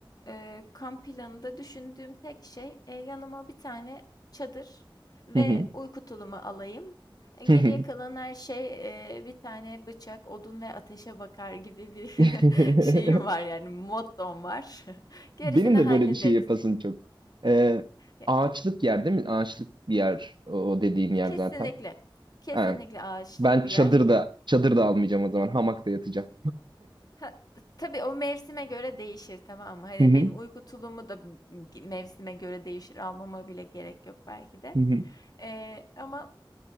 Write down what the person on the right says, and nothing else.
Hı
hı.
<laughs>
<laughs>
Benim de
böyle bir şey yapasım çok. Ee,
ağaçlık yer değil mi? Ağaçlık bir yer o o dediğin yer
zaten.
Ha,
ben
çadırda
çadırda almayacağım o zaman. Hamakta yatacağım.
Hı hı,
hı hı.